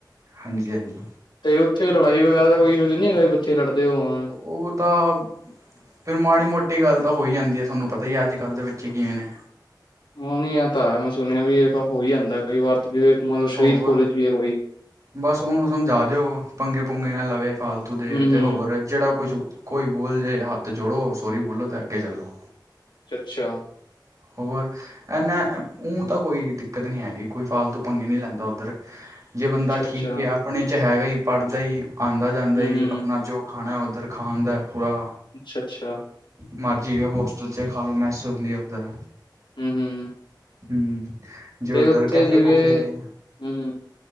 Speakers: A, on the right; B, on the left.
A: ਹਾਂਜੀ- ਹਾਂਜੀ।
B: ਤੇ ਉੱਥੇ ਲੜਾਈ ਵਗੈਰਾ ਦਾ ਕੋਈ ਇਸ਼ੂ ਨੀ ਹੈਗਾ ਵੀ ਬੱਚੇ ਲੜਦੇ ਹੋਣ?
A: ਉਹ ਤਾਂ ਫਿਰ ਮਾੜੀ- ਮੋਟੀ ਗੱਲ ਤਾਂ ਹੋਈ ਜਾਂਦੀ ਏ। ਤੁਹਾਨੂੰ ਪਤਾ ਹੀ ਹੈ। ਅੱਜ-ਕੱਲ੍ਹ ਦੇ ਬੱਚੇ ਕਿਵੇਂ ਨੇ।
B: ਉਹ ਨਹੀਂ ਆ ਤਾਂ ਮੈਂ ਸੁਣਿਆ ਵੀ ਹੋਈ ਜਾਂਦਾ ਕਈ ਵਾਰ ਸ਼ਰੀਫ
A: ਹੋਰ
B: ਕੋਲਜ ਵੀ ਹੈ ਕੋਈ।
A: ਬਸ ਉਹਨੂੰ ਸਮਝਾ ਦਿਓ। ਪੰਗੇ-ਪੁੰਗੇ ਨਾ ਲਵੇ ਫਾਲਤੂ ਦੇ
B: ਹੂੰ-ਹੂੰ
A: ਤੇ ਹੋਰ ਜਿਹੜਾ ਕੁਛ ਕੋਈ ਬੋਲ ਜੇ ਹੱਥ ਜੋੜੋ ਸੋਰੀ ਬੋਲੋ ਤਾਂ ਅੱਗੇ ਚੱਲੋ।
B: ਚੱਛਾ।
A: ਹੋਰ ਇਨਾ ਉਤਾਂ ਕੋਈ ਦਿੱਕਤ ਨਹੀਂ ਹੈਗੀ ਕੋਈ ਫਾਲਤੂ ਪੰਗੇ ਨੀ ਲੈਂਦਾ ਉੱਧਰ। ਜੇ ਬੰਦਾ
B: ਅੱਛਾ-ਅੱਛਾ
A: ਠੀਕ ਹੈ। ਆਪਣੇ 'ਚ' ਹੈਗਾ ਪੜ੍ਹਦਾ ਹੀ ਆਉਂਦਾ ਜਾਂਦਾ
B: ਹੂੰ-ਹੂੰ
A: ਆਪਣਾ ਜੋ ਖਾਣਾ ਉੱਧਰ ਖਾਣ ਦਾ ਪੂਰਾ।
B: ਅੱਛਾ-ਅੱਛਾ।
A: ਮਰਜ਼ੀ ਏ ਹੋਸਟਲ ਚ ਖਾਲੋ ਮੈਂਸ ਹੁੰਦੀ ਆ ਉੱਧਰ।
B: ਹਮ- ਹਮ।
A: ਹਮ ਜੇ ਉੱਧਰ
B: ਉੱਥੇ
A: ਕੈਫੇ-ਕੂਫੇ
B: ਜਿਵੇਂ
A: ਨੇ।
B: ਹਮ